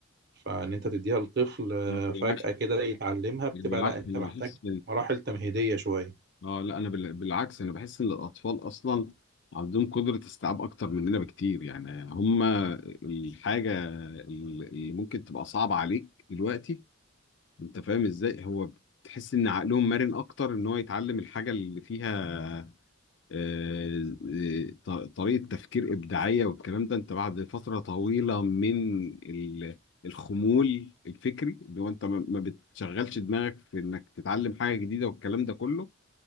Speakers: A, on the right (about 50°); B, on the left (about 55°).
A: فإن أنت تديها لطفل آه،
B: بالعكس
A: فجأة كده يتعلمها بتبقى
B: أنا بالعكس
A: لأ أنت
B: أنا
A: محتاج
B: بحس
A: مراحل تمهيدية شوية
B: اه لا انا بال- بالعكس انا بحس ان الاطفال اصلا عندهم قدره استيعاب اكتر مننا بكتير يعني هم الحاجه اللي اللي ممكن تبقى صعبه عليك دلوقتي انت فاهم ازاي هو تحس ان عقلهم مرن اكتر ان هو يتعلم الحاجه اللي فيها آه، آه، ط- طريقه تفكير ابداعيه والكلام ده انت بعد فتره طويله من ال- الخمول الفكري اللي هو انت ما ما بتشغلش دماغك في انك تتعلم حاجه جديده والكلام ده كله